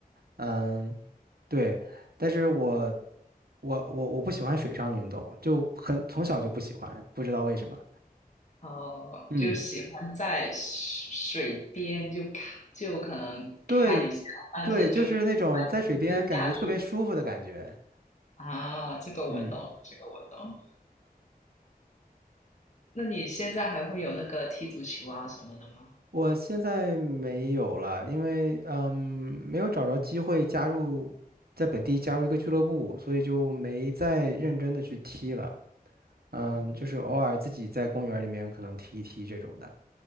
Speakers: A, on the right (about 75°); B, on the left (about 50°).
A: 嗯，对，但是我我我我不喜欢水上运动，就很从小就不喜欢，不知道为什么。
B: 哦，
A: 嗯，
B: 就喜欢在水水边就看就可能看一下，
A: 对
B: 但是就不喜欢亲自下去
A: 对，就是那种在水边感觉特别舒服的感觉。
B: 啊，这个我懂，
A: 嗯。
B: 这个我懂。那你现在还会有那个踢足球啊什么的吗？
A: 我现在没有了，因为嗯，没有找着机会加入在本地加入一个俱乐部，所以就没再认真的去踢了。嗯，
B: 嗯，
A: 就是偶尔自己在公园里面可能踢一踢这种的。